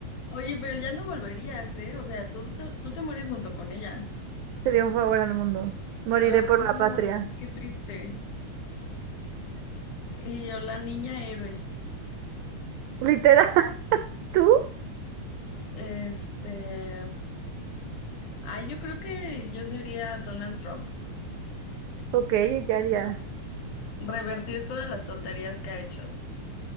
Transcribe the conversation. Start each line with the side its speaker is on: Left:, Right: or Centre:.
Left: Oye, pero ya no volverías, ¿eh? O sea, tú te, tú te mueres junto con ella.
Right: Sería un favor al mundo. Moriré
Left: Ay,
Right: por la
Left: no,
Right: patria.
Left: qué triste. Y yo, la niña héroe.
Right: ¿Literal <laughs> tú?
Left: Este, ay, yo creo que yo sería Donald Trump.
Right: Ok, ¿y qué harías?
Left: Revertir todas las tonterías que ha hecho.